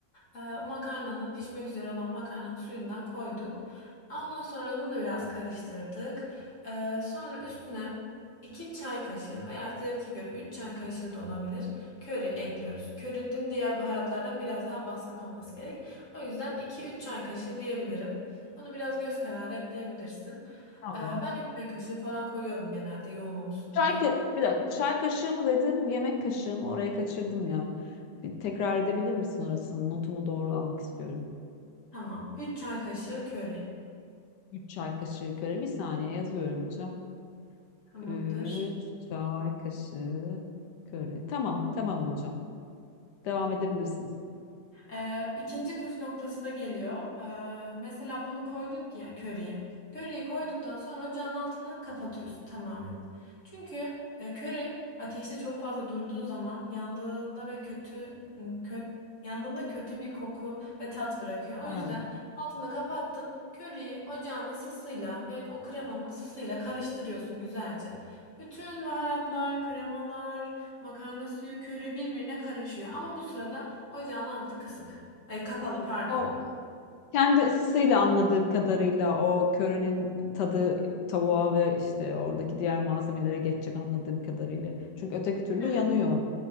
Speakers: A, on the left; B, on the left.
A: Ee, o makarnanın pişmek üzere olan makarnanın suyundan koyduk. Ondan sonra bunu da biraz karıştırdık. Ee, sonra üstüne 2 çay kaşığı veya zevke göre 3 çay kaşığı da olabilir. Köri ekliyoruz. Körinin diğer baharatlardan biraz daha baskın olması gerekiyor. O yüzden iki üç çay kaşığı diyebilirim. Onu biraz göz kararı ekleyebilirsin.
B: Tamam.
A: Ee, ben 3 çay kaşığı falan koyuyorum genelde yoğun olsun
B: Çay
A: diye.
B: ka- bir dakika çay kaşığı mı dedin yemek kaşığı mı oraya kaçırdım ya. Bir tekrar edebilir misin orasını notumu doğru almak istiyorum.
A: Tamam. üç çay kaşığı köri.
B: 3 çay kaşığı köri. Bir saniye yazıyorum hocam.
A: Tamamdır.
B: 3 çay kaşığı köri. Tamam, tamam hocam. Devam edebilirsiniz.
A: Ee, ikinci püf noktası da geliyor. Ee, mesela bunu koyduk ya köriyi. Köriyi koyduktan sonra ocağın altını kapatıyorsun tamamen. Çünkü e, köri ateşte çok fazla durduğu zaman yandığında ve kötü kö- yandığında kötü bir koku ve tat bırakıyor.
B: Ha.
A: O yüzden altını kapattın. Köriyi ocağın ısısıyla ve o kremanın ısısıyla karıştırıyorsun güzelce. Bütün baharatlar, kremalar, makarna suyu, köri birbirine karışıyor. Ama bu sırada Ocağın altı kısık. Ay kapalı pardon.
B: O kendi ısısıyla anladığım kadarıyla o körünün tadı tavuğa ve işte oradaki diğer malzemelere geçecek anladığım kadarıyla. Çünkü öteki türlü
A: Evet.
B: yanıyor.